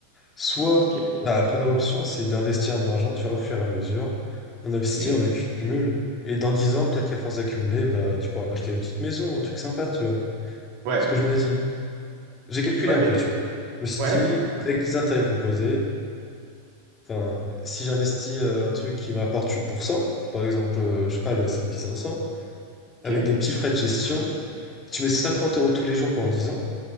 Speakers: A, on the left; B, on the right.
A: Soit,
B: Ok,
A: bah, la première option, c'est d'investir en argent, tu vois, au fur et à mesure. On investit,
B: ok,
A: on accumule. Et dans 10 ans, peut-être qu'à force d'accumuler, bah, tu pourras acheter une petite maison, un truc sympa, tu vois.
B: ouais,
A: Ce que je me dis. J'ai calculé
B: ouais,
A: un
B: mais,
A: peu, tu vois. Je me suis
B: ouais,
A: dit, avec les intérêts composés, enfin, si j'investis euh, un truc qui m'apporte 8%, par exemple, euh, je sais pas, le S&P 500,
B: ok,
A: avec des petits frais de gestion, tu mets 50 euros tous les jours pendant 10 ans,